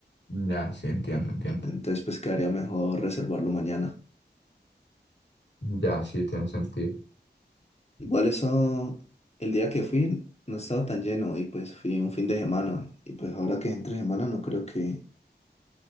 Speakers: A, on the left; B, on the left.
A: Ya, sí, entiendo, entiendo.
B: Entonces, pues quedaría mejor reservarlo mañana.
A: Ya, sí, tiene sentido.
B: Igual eso, el día que fui no estaba tan lleno y pues fui un fin de semana. Y pues ahora que es entre semana no creo que,